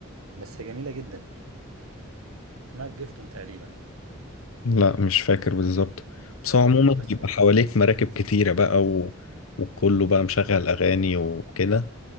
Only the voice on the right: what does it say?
بس هي جميله جدا اسمها جيفتون تقريبا
دي
بس